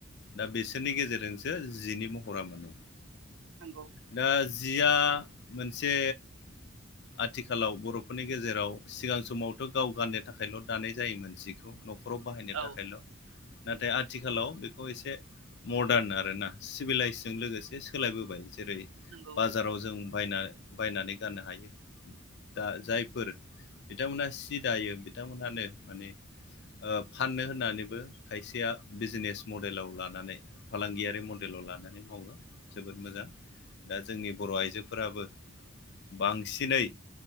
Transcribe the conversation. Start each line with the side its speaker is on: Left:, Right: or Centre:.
Left: दा बिसोरनि गेजेरजोंसो जिनि महरा मोनो
Right: नंगौ
Left: दा जिया मोनसे आथिखालाव बर'फोरनि गेजेराव सिगां समावथ' गाव गाननो थाखायल' दानाय जायोमोन जिखौ न'खराव बाहायनो
Right: औ
Left: थाखायल' नाथाय आथिखालाव बेखौ एसे मदारन आरोना सिभिलाइस जों लोगोसे सोलायबोबाय जेरै
Right: नंगौ
Left: बाजाराव जों बायना बायनानै गाननो हायो दा जायफोर बिथांमोना सि सि दायो बिथांमोनहानो माने ओ फाननो होननानैबो खायसेया बिजनेस मडेलाव लानानै फालांगियारि मडेल लानानै मावो जोबोद मोजां दा जोंनि बर' आइजोफोराबो बांसिनै